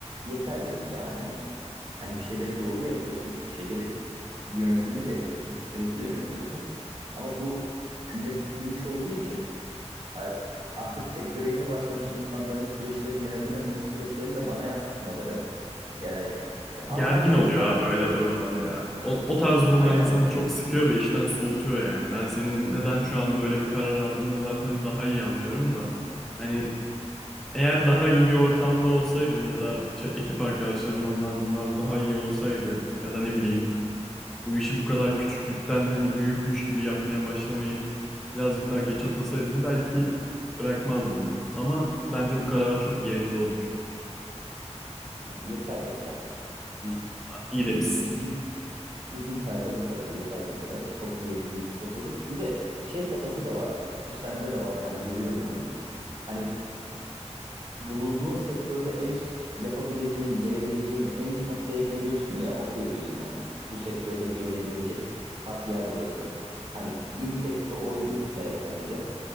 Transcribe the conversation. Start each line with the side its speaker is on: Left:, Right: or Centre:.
Right: yeter dedim ya hani hani bir şeyleri doğru yapıyorsun, bir şeyleri yönetimini de yapıyorsun, stresi de yönetiyorsun. Ama bu kümülatif bir iş olduğu için Ay- Artık sektöre yeni başlamış insanların süreçleri yönetememesi streslerini de bana yansıtmaları. Yani ya anlamsız
Centre: Gergin oluyor
Right: artık
Centre: abi öyle
Right: böyle
Centre: durumlar ya. O, o tarz durumlar
Right: aynen
Centre: insanı çok sıkıyor ve işten soğutuyor yani. Ben senin neden şu an böyle bir karar aldığını zaten daha iyi anlıyorum da. Hani eğer daha iyi bir ortamda olsaydın ya da ç- ekip arkadaşların onlar bunlar daha iyi olsaydı ya da ne bileyim bu işi bu kadar küçüklükten hani büyükmüş gibi yapmaya başlamayıp birazcık daha geç atılsaydın belki bırakmazdın. Ama bence bu kararın çok yerinde olmuş.
Right: aynen yeter dedik artık. Biz
Centre: İyi demişsin.
Right: bizim bizim perde bu kadar, yeter bu kadar. Toplayabildiğimizi topladık. Bir de şey kafası da var. Bu sende de var. Ben görüyorum onu. Hani bulunduğun sektörde en üst yapabileceğin, gelebileceğin en üst noktaya geliyorsun ya, okey diyorsun hani bu sektörde gelinebilecek tap yer burası. Hani Intex'te oydu perakende de.